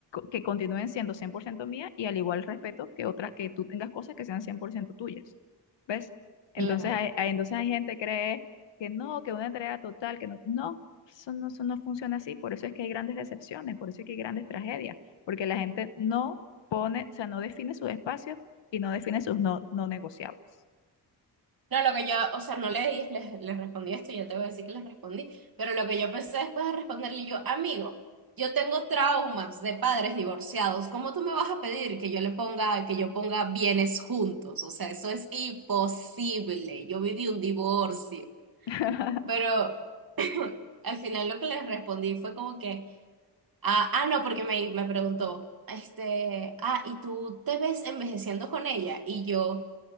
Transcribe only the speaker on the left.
que continúen siendo 100% mía y al igual respeto que otras, que tú tengas cosas que sean 100% tuyas, ¿ves? Entonces
hay, hay- entonces hay gente que cree que no, que una entrega total, que no, no, eso no, eso no funciona así, por eso es que hay grandes decepciones, por eso es que hay grandes tragedias, porque la gente no pone, o sea, no define sus espacios y no define sus no, no negociables.
<laughs>